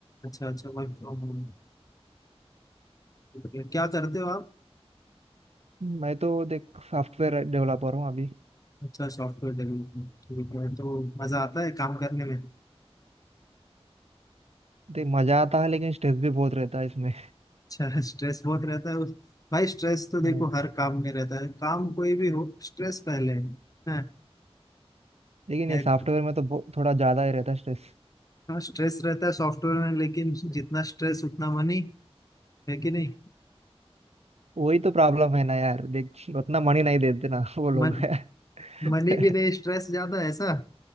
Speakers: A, on the left; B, on the right.
A: अच्छा अच्छा वर्क फ्रॉम होम ठीक है क्या करते हो आप
B: मैं तो देख सॉफ्टवेयर डेवलपर हूँ अभी
A: अच्छा सॉफ्टवेयर डेवलपमेंट ठीक है तो मजा आता है काम करने में
B: देख मजा आता है लेकिन स्ट्रेस भी बहुत रहता है इसमें
A: अच्छा <laughs> स्ट्रेस बहुत रहता है उस- भाई स्ट्रेस तो देखो
B: हाँ
A: हर काम में रहता है काम कोई भी हो स्ट्रेस पहले है हाँ,
B: लेकिन
A: एक-
B: ये सॉफ्टवेयर में तो बहु- थोड़ा ज्यादा ही रहता है स्ट्रेस
A: हाँ स्ट्रेस रहता है सॉफ्टवेयर में लेकिन जितना स्ट्रेस उतना मनी है कि नहीं
B: वही तो प्रॉब्लम है ना यार देख उतना मनी नहीं देते ना वो लोग
A: मन
B: <laughs>
A: मनी भी नहीं स्ट्रेस ज्यादा है, ऐसा